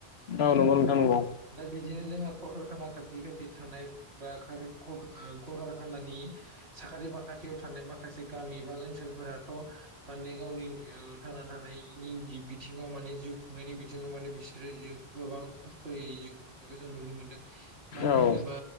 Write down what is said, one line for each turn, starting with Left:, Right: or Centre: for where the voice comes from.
Left: ओ नंगौ नोंथां नंगौ
Right: दा बिदिनो जोंहा कलकारखाना खाथि खाथि थानाय बा कलकारखानानि साखाथि फाखाथियाव थानाय माखासे गामि बा ओनसोलफोराथ' माने गावनि थांना थानायनि जि बिथिङाव माने जिउ खुंनायनि बिथिङाव माने बिसोरो जिउ गोबां खस्थ'यै जिउ खुंनायखौ जों नुनो मोनदों मानो
Left: औ
Right: होनोबा